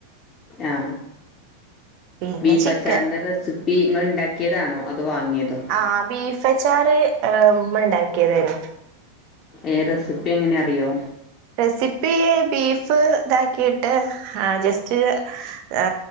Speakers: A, on the left; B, on the right.
A: ആ
B: പിന്നെ
A: ബീഫ്
B: ചിക്കൻ
A: അച്ചാറിന്റെ റെസിപ്പി ഇങ്ങൾ ഉണ്ടാക്കിയതാണോ അതോ വാങ്ങിയതോ
B: ആ ബീഫ് അച്ചാറ് ഉമ്മ ഉണ്ടാക്കിയതെർന്നു
A: ഏ റെസിപ്പി എങ്ങനെ അറിയോ
B: റെസിപ്പി ബീഫ് ഇതാക്കിട്ട് ആ ജസ്റ്റ് ആ